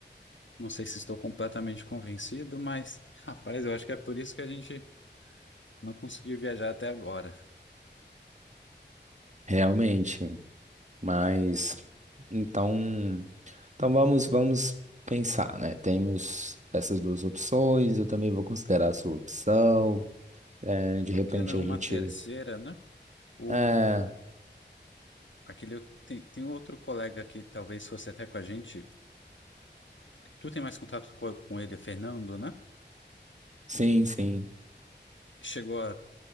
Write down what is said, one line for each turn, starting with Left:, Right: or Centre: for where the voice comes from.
Left: Não sei se estou completamente convencido, mas, rapaz, eu acho que é por isso que a gente não conseguiu viajar até agora.
Right: Realmente. Mas então. Então vamos, vamos pensar, né? Temos essas duas opções, eu também vou considerar a sua opção. É, de
Left: Por
Right: repente
Left: que não
Right: a
Left: uma
Right: gente.
Left: terceira, né? O,
Right: É,
Left: aquele, tem, tem outro colega que talvez fosse até com a gente. Tu tem mais contato co- com, ele, é Fernando, né?
Right: sim, sim.
Left: Chegou a